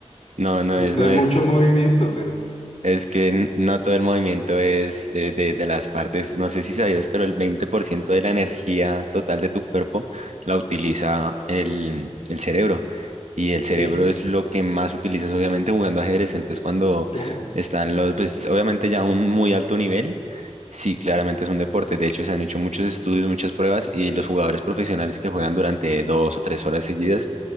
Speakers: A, on the right; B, on the left.
A: No, no es, no
B: hay
A: es,
B: mucho movimiento, pero
A: es que n- no todo el movimiento es eh, de, de las partes. No sé si sabías, pero el 20% de la energía total de tu cuerpo la utiliza el, el cerebro. Y el cerebro
B: sí,
A: es lo que más utilizas, obviamente, jugando ajedrez. Entonces, cuando
B: claro,
A: están los, pues obviamente ya a un muy alto nivel, sí, claramente es un deporte. De hecho, se han hecho muchos estudios, muchas pruebas, y los jugadores profesionales que juegan durante dos o tres horas seguidas